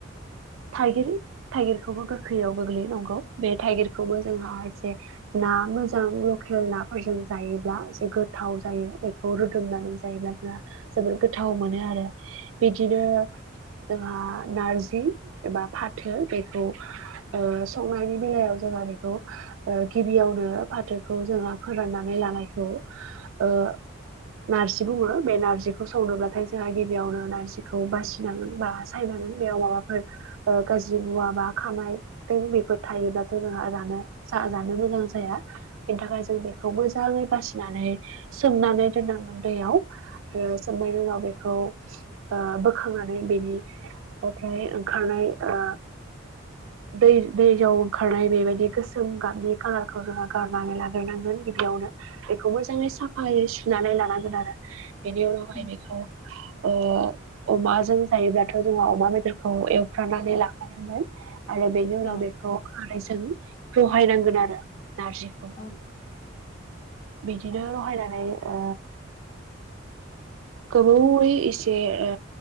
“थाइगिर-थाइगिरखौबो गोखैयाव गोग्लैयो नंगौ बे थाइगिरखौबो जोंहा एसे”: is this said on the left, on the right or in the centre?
Right